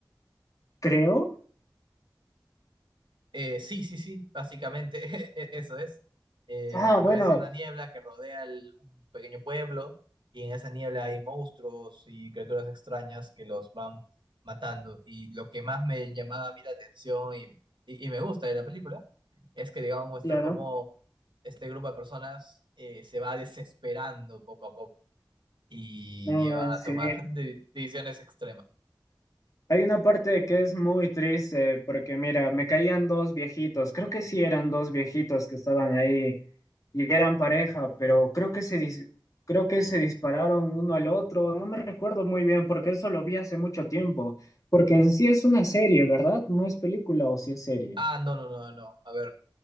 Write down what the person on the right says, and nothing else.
Eh, sí, sí, sí, básicamente <laughs> e- eso es. Eh,
aparece
una niebla que rodea el- un pequeño pueblo y en esa niebla hay monstruos y criaturas extrañas que los van matando. Y lo que más me llamaba a mí la atención y, y- y me gusta de la película es que, digamos, muestra
cómo este grupo de personas eh, se va desesperando poco a poco y
llevan a
tomar <laughs> de- decisiones extremas.
Ah, no, no, no, no. A ver,